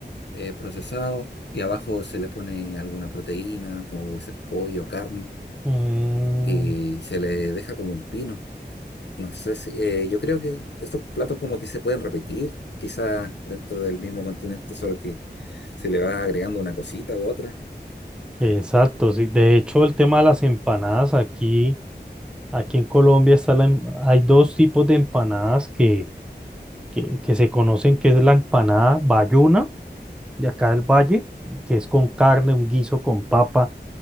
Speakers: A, on the left; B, in the centre.
A: eh, procesado, y abajo se le pone alguna proteína, como puede ser pollo, carne,
B: Mm,
A: y se le deja como un pino. No sé si, eh, yo creo que estos platos como que se pueden repetir, quizás dentro del mismo continente, solo que se le va agregando una cosita u otra.
B: exacto, sí. De hecho, el tema de las empanadas aquí, aquí en Colombia está la em- hay dos tipos de empanadas que, que, que se conocen, que es la empanada bayuna, de acá del valle, que es con carne, un guiso con papa,